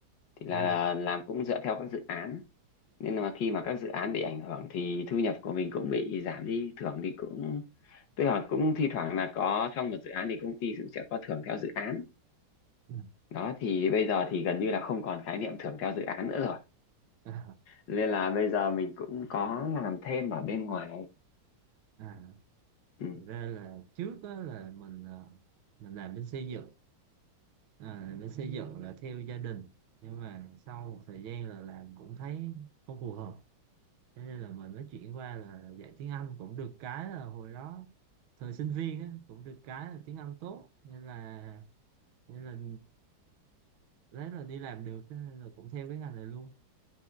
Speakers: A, on the left; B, on the right.
A: thì là
B: à
A: làm cũng dựa theo các dự án nên là khi mà các dự án bị ảnh hưởng thì thu nhập của mình cũng bị giảm đi thưởng thì cũng tức là cũng thi thoảng là có trong một dự án thì công ty cũng sẽ có thưởng theo dự án
B: ừ,
A: đó thì bây giờ thì gần như là không còn khái niệm thưởng theo dự án nữa rồi
B: <laughs> à,
A: nên là bây giờ mình cũng có làm thêm ở bên ngoài
B: à
A: ừ.
B: thực ra là trước á là mình ờ, mình làm bên xây dựng à, làm bên xây dựng là theo gia đình nhưng mà sau một thời gian là làm cũng thấy không phù hợp thế nên là mình mới chuyển qua là dạy tiếng Anh cũng được cái là hồi đó thời sinh viên á cũng được cái là tiếng Anh tốt nên là nên là đấy là đi làm được thế nên là cũng theo cái ngành này luôn